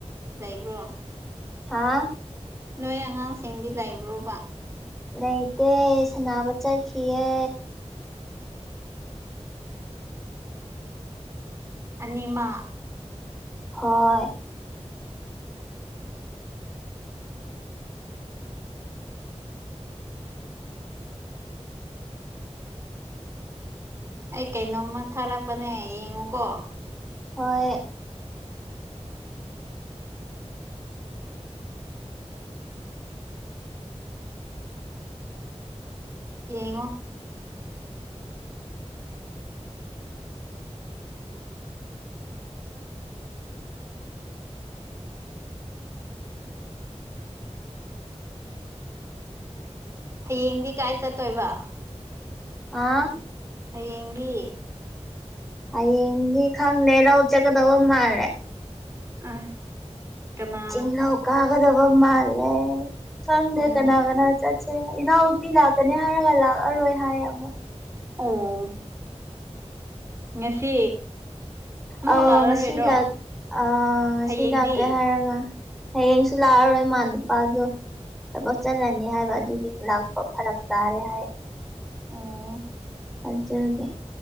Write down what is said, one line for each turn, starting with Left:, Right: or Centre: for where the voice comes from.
Right: ꯂꯩꯕ꯭ꯔꯣ
Centre: ꯍꯥꯥ
Right: ꯅꯣꯏ ꯑꯉꯥꯡꯁꯤꯡꯗꯤ ꯂꯩꯕ꯭ꯔꯣꯕ
Centre: ꯂꯩꯇꯦ ꯁꯥꯟꯅꯕ ꯆꯠꯈꯤꯌꯦ
Right: ꯑꯅꯤ ꯃꯥ
Centre: ꯍꯣꯏ
Right: ꯑꯩ ꯀꯩꯅꯣꯝꯃ ꯊꯥꯔꯛꯄꯅꯦ ꯌꯦꯡꯉꯣꯀꯣ
Centre: ꯍꯣꯏ
Right: ꯌꯦꯡꯉꯣ ꯍꯌꯦꯡꯗꯤ ꯀꯥꯏ ꯆꯠꯇꯣꯏꯕ
Centre: ꯍꯥꯥ
Right: ꯍꯌꯦꯡꯗꯤ
Centre: ꯍꯌꯦꯡꯗꯤ ꯈꯪꯗꯦ ꯂꯧ ꯆꯠꯀꯗꯧꯕ ꯃꯥꯜꯂꯦ
Right: ꯑꯁ ꯀꯅꯥ
Centre: ꯆꯤꯡꯂꯧ ꯀꯥꯒꯗꯕ ꯃꯥꯜꯂꯦ ꯈꯪꯗꯦ
Right: ꯑꯣ
Centre: ꯀꯅꯥ ꯀꯅꯥ ꯆꯠꯁꯦ ꯏꯅꯥꯎꯄꯤ ꯂꯥꯛꯀꯅꯤ ꯍꯥꯏꯔꯒ ꯂꯥꯛꯑꯔꯣꯏ ꯍꯥꯏꯌꯦ ꯑꯃꯨꯛ
Right: ꯎꯝ ꯉꯁꯤ ꯑꯃꯨꯛ
Centre: ꯑꯥꯎ
Right: ꯂꯥꯛꯂꯔꯣꯏꯗ꯭ꯔꯣ
Centre: ꯉꯁꯤ ꯂꯛ ꯑꯥ ꯉꯁꯤ
Right: ꯍꯌꯦꯡꯗꯤ
Centre: ꯂꯥꯛꯀꯦ ꯍꯥꯏꯔꯒ ꯍꯌꯦꯡꯁꯨ ꯂꯥꯛꯑꯔꯣꯏ ꯃꯥ ꯅꯨꯄꯥꯗꯣ ꯊꯕꯛ ꯆꯠꯂꯅꯤ ꯍꯥꯏꯕ ꯑꯗꯨꯒꯤ ꯂꯥꯛꯄ ꯐꯔꯛ ꯇꯥꯔꯦ ꯍꯥꯏꯌꯦ
Right: ꯑꯣ
Centre: ꯑꯗꯨꯒꯤ